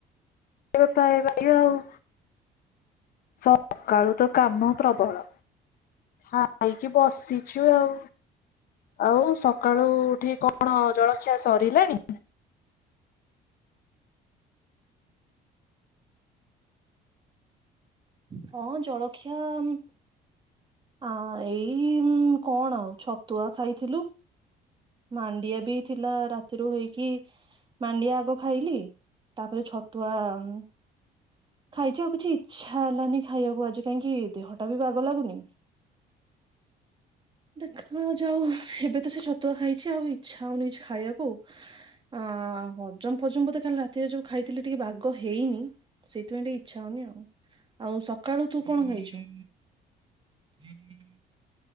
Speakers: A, on the left; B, on the right.
A: ଏବେ ଖାଇବା ଦିଅ ଆଉ। ସକାଳୁ ତ କାମ ପ୍ରବଳ ଖାଇକି ବସିଛୁ ଆଉ। ଆଉ ସକାଳୁ ଉଠିକି କଣ ଜଳଖିଆ ସରିଲାଣି?
B: ହଁ ଜଳଖିଆ ଉଁ। ଆଁ ଏଇ କଣ ଆଉ ଛତୁଆ ଖାଇଥିଲି। ମାଣ୍ଡିଆ ବି ଥିଲା ରାତିରୁ ହେଇକି। ମାଣ୍ଡିଆ ଆଗ ଖାଇଲି। ତାପରେ ଛତୁଆ ଉଁ। ଖାଇଛି ଆଉ କିଛି ଇଛା ହେଲାନି ଖାଇବାକୁ ଆଜି କାହିଁକି ଦେହଟା ବି ବାଗ ଲାଗୁନି। ଦେଖା ଯାଉ ଏବେ ସେ ତ ଛତ୍ ଛତୁଆ ଖାଇଛି ଆଉ ଇଚ୍ଛା ଆଉ ହେଉନି କିଛି ଖାଇବାକୁ ଆଉ। ଆ ହଜମ ଫଜମ ବ ତ ଖାଲି ରାତିରେ ଯୋଉ ଖାଇଥିଲି ଟିକେ ବାଗ ହେଇନି। ସେଇଥିପାଇଁ ଟିକେ ଇଚ୍ଛା ହଉନି। ଆଉ ସକାଳୁ ତୁ କଣ ଖାଇଛୁ? <inaudible>